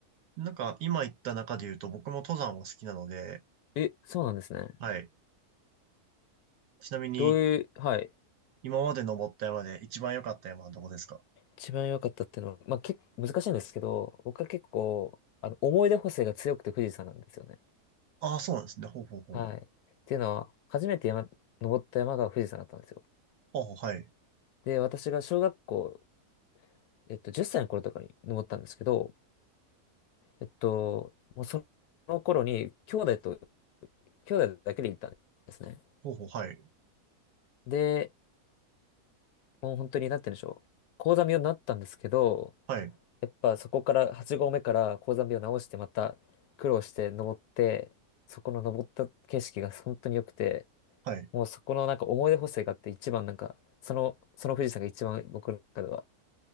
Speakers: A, on the right; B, on the left.
A: なんか今言った中で言うと僕も登山を好きなので、
B: え、そうなんですね。
A: はい。ちなみに
B: どういう、はい。
A: 今まで登った山で一番良かった山はどこですか
B: 一番良かったっていうのは、まあ、結構難しいんですけど、僕は結構、あの、思い出補正が強くて富士山なんですよね。
A: ああー、そうなんですね。ほうほうほう。
B: はい。っていうのは、初めて山、登った山が富士山だったんですよ。
A: ほうほう、はい。
B: で、私が小学校、えっと、10歳の頃とかに登ったんですけど、えっと、もうその頃に、兄弟と、兄弟だけで行ったんですね。
A: ほうほう、はい。
B: で、もう本当に、なんて言うんでしょう。高山病になったんですけど、
A: はい、
B: やっぱそこから8合目から高山病を直してまた苦労して登って、そこの登った景色が本当に良くて、
A: はい。
B: もうそこのなんか思い出補正があって一番なんか、その、その富士山が一番僕の中では